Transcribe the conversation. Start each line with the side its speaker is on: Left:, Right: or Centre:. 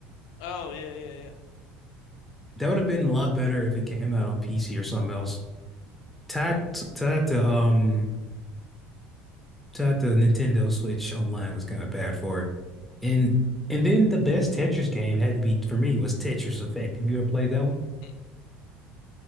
Left: Oh, yeah, yeah,
Centre: That would have been a lot better if it came out on PC or something else. Tied t- tied to um Shout out the Nintendo Switch online was kind of bad for it. And and then the best Tetris game had to be for me was Tetris Effect. Have you ever played that one?
Left: yeah. Mm,